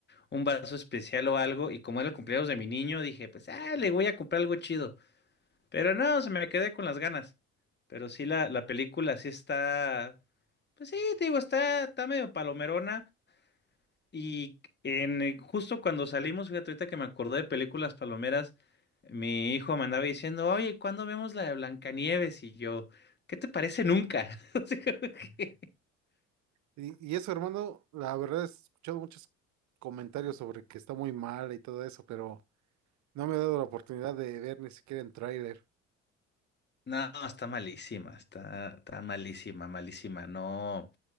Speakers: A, on the left; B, on the right.
A: un vaso especial o algo? Y como era el cumpleaños de mi niño, dije, pues, ah, le voy a comprar algo chido. Pero no, se me quedé con las ganas. Pero sí, la, la película sí está, pues sí, te digo, está, está medio palomerona. Y en, eh, justo cuando salimos, fíjate, ahorita que me acordé de películas palomeras, mi hijo me andaba diciendo, oye, ¿cuándo vemos la de Blancanieves? Y yo, ¿qué te parece nunca? <laughs> Así como que,
B: Y, y eso, hermano, la verdad he escuchado muchos comentarios sobre que está muy mal y todo eso, pero... No me he dado la oportunidad de ver ni siquiera en tráiler.
A: No, está malísima, está, está malísima, malísima. No,